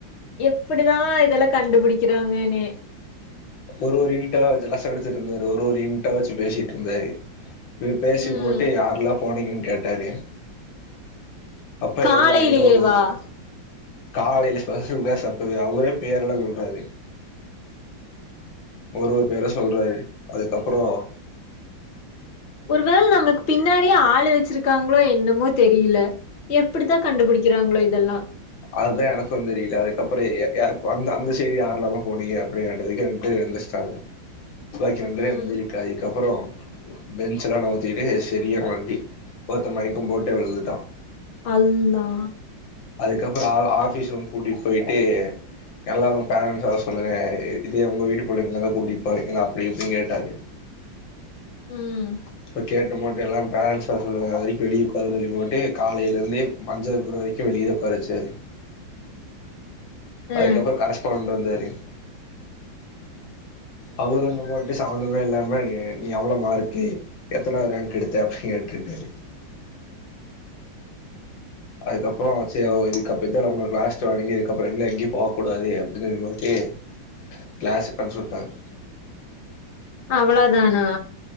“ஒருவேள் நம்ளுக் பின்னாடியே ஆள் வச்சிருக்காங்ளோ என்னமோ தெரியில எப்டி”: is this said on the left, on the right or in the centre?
Left